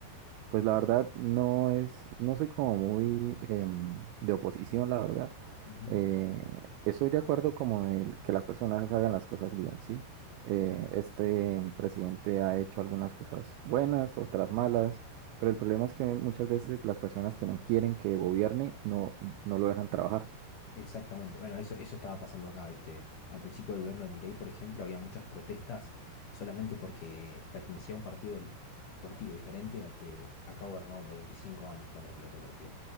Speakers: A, on the right; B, on the left.
A: Pues la verdad no es, no soy como muy em, de oposición, la verdad.
B: Ujú.
A: Eh, estoy de acuerdo como el que las personas hagan las cosas bien, ¿sí? Eh, este presidente ha hecho algunas cosas buenas, otras malas, pero el problema es que muchas veces las personas que no quieren que gobierne no, no lo dejan trabajar.
B: Exactamente. Bueno, eso, eso estaba pasando acá, ¿viste? Al principio del gobierno de Milei, por ejemplo, había muchas protestas solamente porque pertenecía a un partido l- político diferente al que acá gobernó 25 años, poner el otro partido.